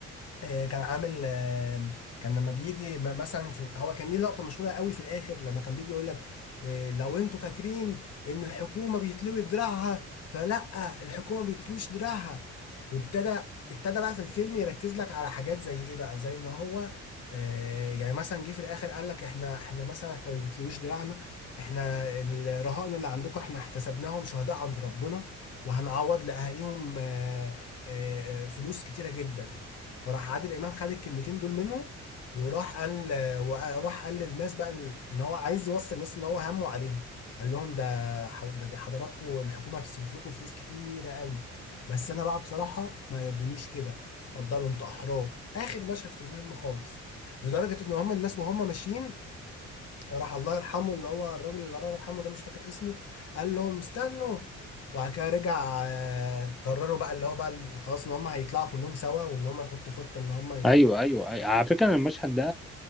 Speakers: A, on the left (about 55°); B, in the centre.
A: آه، كان عامل آه، كان لما بيجي م- مثلا في هو كان ليه لقطه مشهوره قوي في الاخر لما كان بيجي يقول لك آه، لو انتوا فاكرين ان الحكومه بيتلوي دراعها فلا الحكومه بيتلوش دراعها وابتدى ابتدى بقى في الفيلم يركز لك على حاجات زي ايه بقى زي ان هو آه، يعني مثلا جه في الاخر قال لك احنا احنا مثلا احنا ما بيتلويش دراعنا احنا الرهائن اللي عندكم احنا احتسبناهم شهداء عند ربنا وهنعوض لاهاليهم آه، آه، آه، فلوس كتيره جدا فراح عادل امام خد الكلمتين دول منه وراح قال وراح قال للناس بقى ان هو عايز يوصل الناس ان هو همه عليهم قال لهم ده ح- ده حضراتكم الحكومه هتصرف لكم فلوس كتيره قوي بس انا بقى بصراحه ما يرضنيش كده اتفضلوا انتوا احرار اخر مشهد في الفيلم خالص لدرجه ان هم الناس وهم ماشيين راح الله يرحمه اللي هو الراجل اللي الله يرحمه ده مش فاكر اسمه قال لهم استنوا وبعد كده رجع آه، قرروا بقى اللي هو بقى ال- خلاص ان هم هيطلعوا كلهم سوا وان هم يحطوا خطة ان هم ي...
B: ايوه ايوه ايوه على فكره أنا المشهد ده